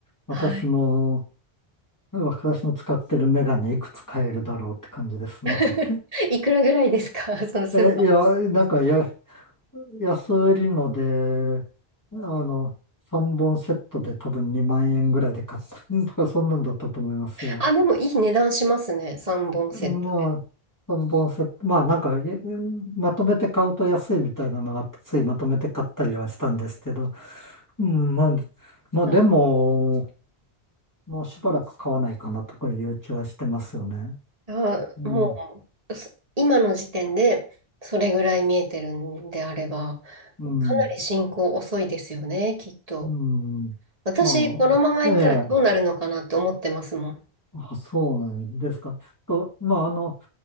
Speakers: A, on the left; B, on the right.
A: 私の、
B: はい。
A: 私の使ってるメガネいくつ買えるだろうって感じですね。
B: <laughs> いくらぐらいですか <laughs>
A: <laughs>
B: そのスーパ
A: え、いや、なんかや、安売りので、あの、3本セットで多分2万円ぐらいで買ったうんとか、そんなんだったと思いますよ。
B: ー。あ、でもいい値段しますね。3本セットで。
A: まあ、3本セット、まあなんか、えまとめて買うと安いみたいなのがあって、ついまとめて買ったりはしたんですけど、うん、まあ、まあでも、
B: はい
A: もうしばらく買わないかなとかいう気はしてますよね。
B: あ、
A: うん、
B: もう、そ今の時点でそれぐらい見えてるんであれば、
A: うん、
B: かなり進行遅いですよね、きっと。
A: うん。
B: 私、
A: まあ、
B: このままいったらどうなるのかなと思ってますもん。
A: ええ、あ、そうなんですか。と、まあ、あの、